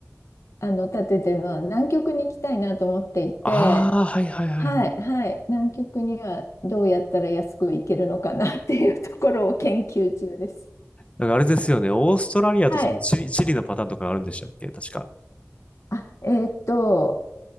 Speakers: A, on the left; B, on the left.
A: あの、立ててるのは南極に行きたいなと思っていて、
B: ああー、はいはいはい
A: はい、はい、南極にはどうやったら安く行けるのかなっていうところを研究中です。
B: なんかあれですよね、オーストラリアとそのチリ、
A: はい。
B: チリのパターンとかあるんでしたっけ確か。
A: あ、えっと、